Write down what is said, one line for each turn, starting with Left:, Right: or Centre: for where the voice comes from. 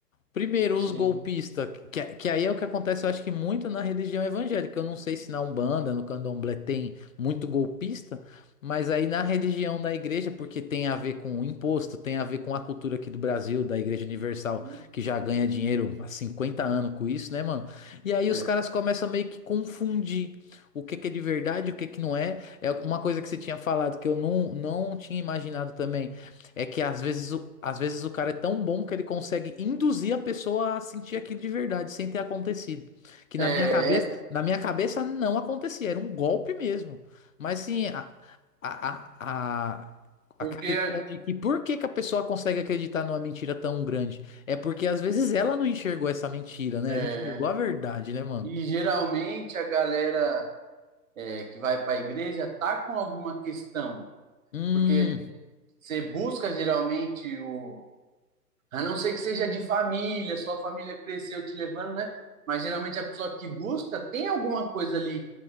Left: Primeiro,
Right: Sim.
Left: os golpistas, que, que aí é o que acontece, eu acho que muito na religião evangélica. Eu não sei se na Umbanda, no Candomblé tem muito golpista, mas aí na religião da igreja, porque tem a ver com o imposto, tem a ver com a cultura aqui do Brasil, da Igreja Universal,
Right: Uhum.
Left: que já ganha dinheiro há 50 anos com isso, né, mano? E aí
Right: É.
Left: os caras começam a meio que confundir o que que é de verdade, o que que não é. É uma coisa que você tinha falado que eu não, não tinha imaginado também. É que às vezes, o- às vezes o cara é tão bom que ele consegue induzir a pessoa a sentir aquilo de verdade, sem ter acontecido. Que na
Right: É,
Left: minha cabeça, na minha cabeça não acontecia, era um golpe mesmo. Mas sim, a, a, a, a- aquela
Right: porque
Left: ideia de que por que que a pessoa consegue acreditar numa mentira tão grande? É porque às vezes ela não enxergou essa mentira, né?
Right: é,
Left: Ela enxergou a verdade, né, mano?
Right: e geralmente a galera é, que vai para a igreja tá com alguma questão,
Left: Hum,
Right: porque você busca geralmente o A não ser que seja de família, sua família cresceu te levando, né? Mas geralmente a pessoa que busca tem alguma coisa ali,